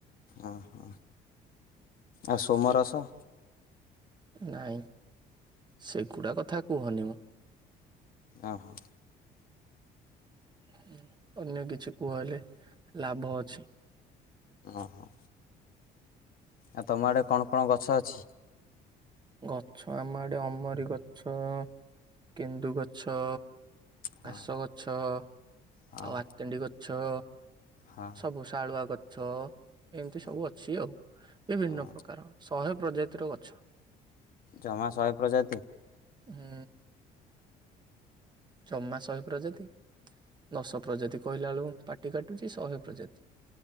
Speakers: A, on the left (about 60°); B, on the right (about 25°).
A: ଓ ହୋ ଆଉ ସୋମ ରସ
B: ନାଇଁ ସେଗୁଡ଼ା କଥା କୁହନି ମୁଁ।
A: ଆ ହ
B: ହୁଁ ଅନ୍ୟ କିଛି କୁହ ହେଲେ ଲାଭ ଅଛି।
A: ଓହୋ। ଆଉ ତମ ଆଡେ କଣ କଣ ଗଛ ଅଛି?
B: ଗଛ ଆମ ଆଡେ ଅମରି ଗଛ, କେନ୍ଦୁ ଗଛ
A: ହଁ
B: ଘାସ ଗଛ,
A: ହଁ
B: ଆଉ ଆତଣ୍ଡି ଗଛ।
A: ହଁ
B: ସବୁ ଶାଳୁଆ ଗଛ ଏମିତି
A: ହଁ
B: ସବୁ ଅଛି ଆଉ ବିଭିନ୍ନ
A: ହଁ
B: ପ୍ରକାର। ଶହେ ପ୍ରଜାତିର ଗଛ।
A: ଜମା ଶହେ ପ୍ରଜାତି?
B: ହୁଁ। ଜମା ଶହେ ପ୍ରଜାତି ଦଶ ପ୍ରଜାତି କହିଲା ବେଳୁକୁ ପାଟି କାଟୁଚି ଶହେ ପ୍ରଜାତି